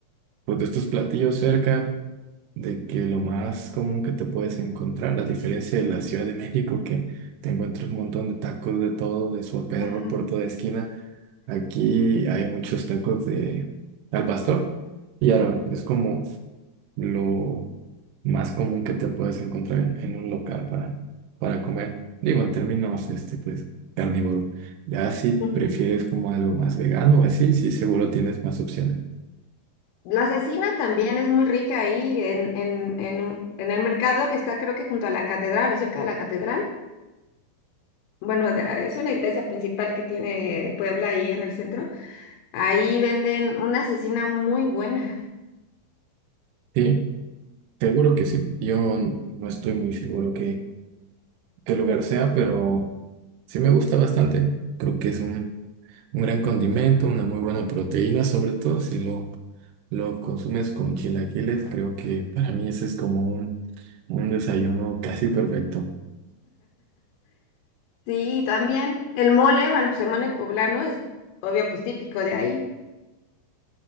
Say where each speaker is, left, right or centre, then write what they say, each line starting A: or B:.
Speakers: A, on the right; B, on the left.
A: pues de estos platillos cerca. de que lo más común que te puedes encontrar, a diferencia de la Ciudad de México, que te encuentras un montón de tacos de todo, de perro
B: Ajá.
A: por toda esquina, aquí hay muchos tacos de al pastor y árabe. Es como lo más común que te puedes encontrar en, en un local para, para comer. Digo, en términos, este, pues, carnívoros. Ya si
B: Ujú.
A: prefieres como algo más vegano o así, sí, seguro tienes más opciones.
B: La cecina también es muy rica ahí en, en, en, un- en el mercado que está creo que junto a la catedral o cerca de la catedral. Bueno, de- ah, es una iglesia principal que tiene Puebla ahí en el centro. Ahí venden una cecina muy buena.
A: Sí, seguro que sí. Yo n- no estoy muy seguro que el lugar sea, pero sí me gusta bastante. Creo que es un, un gran condimento, una muy buena proteína, sobre todo si lo, lo consumes con chilaquiles. Creo que para mí ese es como un, un desayuno casi perfecto.
B: Sí, también el mole, bueno, pues el mole poblano es obvio, pues típico de ahí.